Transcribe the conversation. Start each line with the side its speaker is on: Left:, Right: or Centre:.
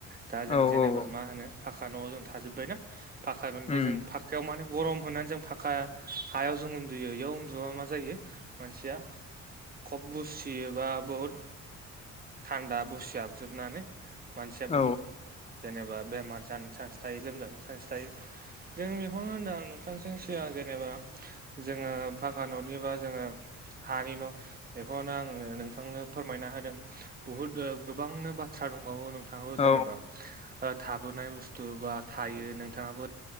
Right: दा जों
Left: औ
Right: जेने बा
Left: औ
Right: मा होनो पाखा न'आव जों थाजोब्बायना पाखा न'निफ्राय
Left: उम
Right: जों फाखायाव मानो गरम होनानै जों फाखा हायाव जों उन्दुयो याव उन्दुबा मा जायो मानसिया खब बुसियोबा बहुद थान्दा बुसिहाबजोबनानै मानसिया
Left: औ
Right: बुहुद जेनेबा बेमार जानो चान्स थायो लोमजानो चान्स थायो। जों बेखौनो होनदों आं नोंथांजों सिगां जेनेबा जोङो फाखा ननिबा जोङो हानि न बेखौनो आंनो नोंथांनो फोरमायना होदों बहुत ओ गोबांनो बाथ्रा दंबावो नों नोंथाङो
Left: औ
Right: जेनेबा ओ थाबोनाय बुस्थु बा थायो नोंथाङाबो।